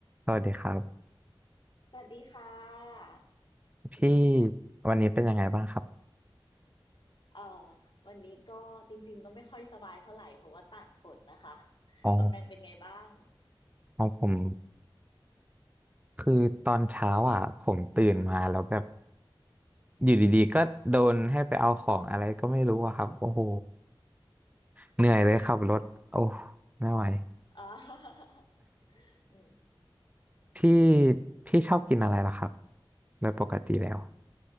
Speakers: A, on the right; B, on the left.
A: สวัสดีครับ
B: สวัสดีค่ะ
A: พี่วันนี้เป็นยังไงบ้างครับ
B: เอ่อวันนี้ก็จริงๆก็ไม่ค่อยสบายเท่าไหร่เพราะว่าตากฝนนะคะ
A: อ๋อ
B: ปะแปงเป็นไงบ้าง
A: อ๋อผมคือตอนเช้าอ่ะผมตื่นมาแล้วแบบอยู่ดีๆก็โดนให้ไปเอาของอะไรก็ไม่รู้อะครับโอ้โหเหนื่อยเลยขับรถโอ้ไม่ไหว
B: เอ่อ <laughs> อืม
A: พี่พี่ชอบกินอะไรล่ะครับโดยปกติแล้ว